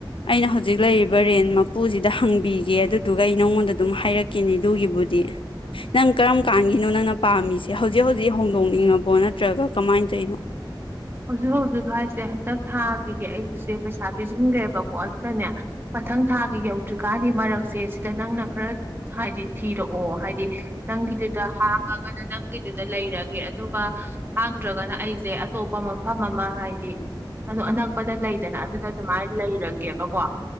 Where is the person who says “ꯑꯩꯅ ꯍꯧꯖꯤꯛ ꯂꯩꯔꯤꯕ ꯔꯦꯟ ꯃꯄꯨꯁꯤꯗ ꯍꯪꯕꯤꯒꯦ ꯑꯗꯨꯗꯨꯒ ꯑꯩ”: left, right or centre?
Left